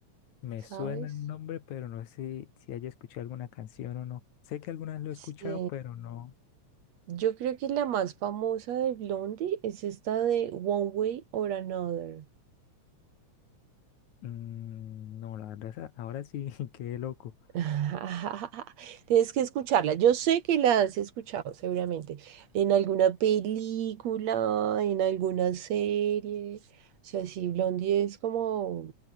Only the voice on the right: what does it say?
¿sabes?
Sí.
Yo creo que la más famosa de Blondie es esta de One Way or Another.
<laughs> Tienes que escucharla. Yo sé que la has escuchado seguramente en alguna película, en alguna serie. O sea, sí, Blondie es como